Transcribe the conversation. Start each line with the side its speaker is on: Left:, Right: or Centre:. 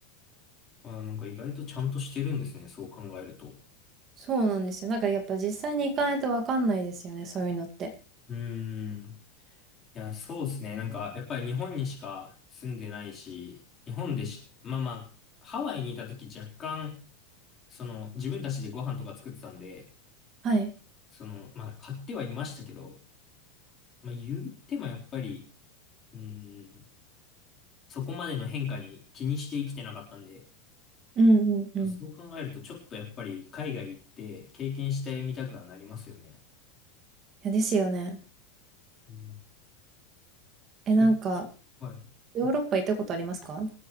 Left: あ、なんか意外とちゃんとしてるんですね。そう考えると。
Right: そうなんですよ。なんか、やっぱ実際に行かないとわかんないですよね、そういうのって。
Left: うーん。いや、そうですね。なんか、やっぱり日本にしか住んでないし、日本でし、まあまあ、ハワイにいた時若干、その、自分たちでご飯とか作ってたんで、
Right: はい。
Left: その、まあ、買ってはいましたけど、まあ、言ってもやっぱり、うーん、そこまでの変化に気にして生きてなかったんで、
Right: うんうんうん。い
Left: そう考えると、ちょっとやっぱり海外行って経験してみたくはなりますよね。
Right: や、ですよね。
Left: うん、
Right: え、
Left: それ、
Right: なんか、
Left: はい。
Right: ヨーロッパ行ったことありますか